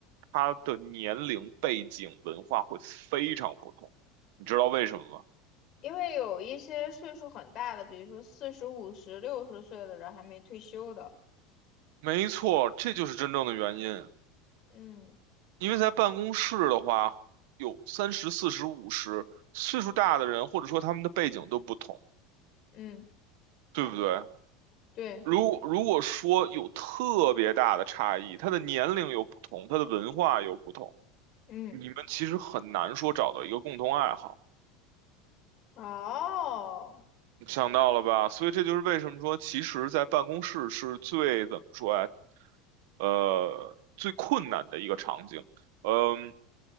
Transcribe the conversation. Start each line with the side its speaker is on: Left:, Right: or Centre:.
Right: 他的年龄、背景、文化会非常不同，你知道为什么吗？
Left: 因为有一些岁数很大的，比如说四十五十、六十岁的人还没退休的。
Right: 没错，这就是真正的原因。
Left: 嗯
Right: 因为在办公室的话，有三十、四十、五十，岁数大的人，或者说他们的背景都不同，
Left: 嗯，
Right: 对不对？
Left: 对，
Right: 如如果说有特别大的差异，他的年龄有不同，他的文化有不同，
Left: 嗯，
Right: 你们其实很难说找到一个共同爱好。
Left: 哦，
Right: 想到了吧？所以这就是为什么说，其实，在办公室是最怎么说呀？呃，最困难的一个场景，嗯、